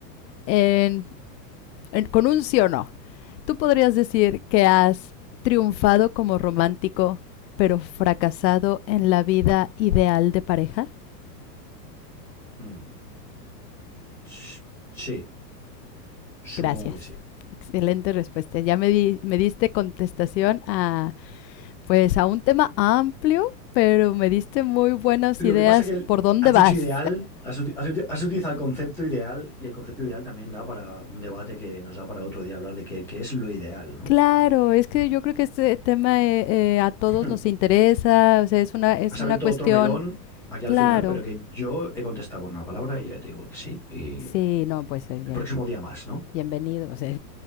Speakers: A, on the left; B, in the centre.
A: en- en- con un sí o no, tú podrías decir que has triunfado como romántico, pero fracasado en la vida ideal de pareja.
B: Mm, ch- sí, supongo
A: Gracias.
B: que sí.
A: Excelente respuesta. Ya me, di- me diste contestación a pues a un tema amplio, pero me diste muy buenas
B: Lo
A: ideas
B: que pasa que el-
A: por dónde
B: has
A: vas.
B: dicho ideal, has, uti- has uti- has utilizado el concepto ideal y el concepto ideal también da para un debate que nos da para otro día hablar de qué, qué es lo ideal,
A: <laughs>
B: ¿no?
A: claro, es que yo creo que este tema eh, eh, a todos
B: <laughs>
A: nos interesa, o sea, es una, es
B: Has
A: una
B: abierto
A: cuestión,
B: otro melón aquí al
A: claro.
B: final, pero que yo he contestado con una palabra y ya te digo que sí. Y
A: Sí, no, pues eh,
B: el próximo día más, ¿no?
A: bienvenidos, o sea,